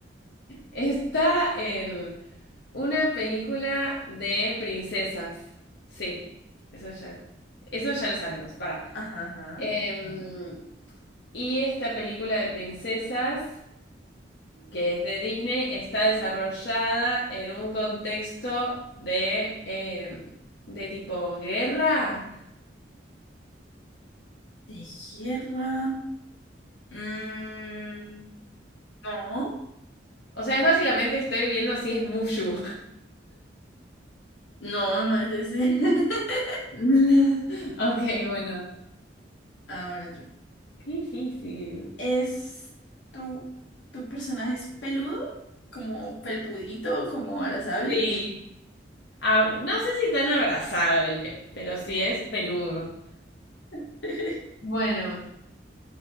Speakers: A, on the left; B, on the left.
A: está en una película de princesas. Sí, eso ya. Eso ya lo sabemos, pará.
B: Ajá, ajá.
A: Em, y esta película de princesas, que es de Disney, está desarrollada en un contexto de, em, de tipo guerra.
B: ¿De tierra? Mm, no.
A: O sea, es básicamente estoy viendo si es Mushu.
B: No, no es ese. <laughs>
A: <laughs> Ok, bueno.
B: Ahora yo.
A: Qué difícil.
B: ¿Es tu, tu personaje es peludo? ¿Como pelpudito? ¿Como abrazable?
A: Sí. Ab- no sé si tan abrazable, pero sí es peludo.
B: <laughs>
A: Bueno,